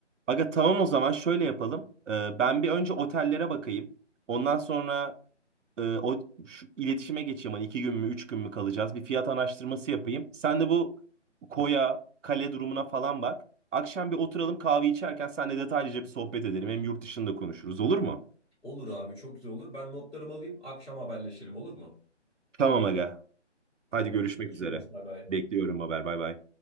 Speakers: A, on the right (about 85°); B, in the centre.
A: Aga tamam o zaman şöyle yapalım. Ee, ben bir önce otellere bakayım. Ondan sonra e, o şu iletişime geçeyim. Hani iki gün mü, üç gün mü kalacağız? Bir fiyat araştırması yapayım. Sen de bu koya, kale durumuna falan bak. Akşam bir oturalım kahve içerken seninle detaylıca bir sohbet edelim. Hem yurt dışında konuşuruz olur mu?
B: Olur abi çok güzel olur. Ben notlarımı alayım akşam haberleşelim olur mu?
A: Tamam aga.
B: Tamamdır.
A: Hadi görüşmek
B: Görüşürüz.
A: üzere.
B: Bay bay.
A: Bekliyorum haber. Bay bay.